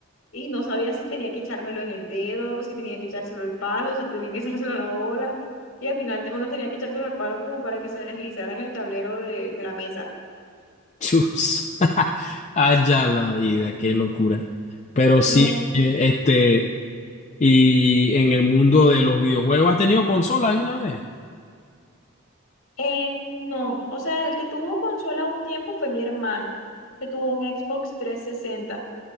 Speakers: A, on the left (about 65°); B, on the left (about 30°).
A: Y no sabía si tenía que echármelo en el dedo, si tenía que echárselo al palo, si tenía que <laughs> echárselo a la bola. Y al final te- uno tenía que echárselo al palo como para que se deslizara en el tablero de, de la mesa.
B: Chus. <laughs> Allá la vida, qué locura. Pero
A: No,
B: sí, oye, este, y en el mundo de los videojuegos, ¿has tenido consola alguna vez?
A: eh, no. O sea, el que tuvo consola un tiempo fue mi hermano, que tuvo un Xbox trescientos sesenta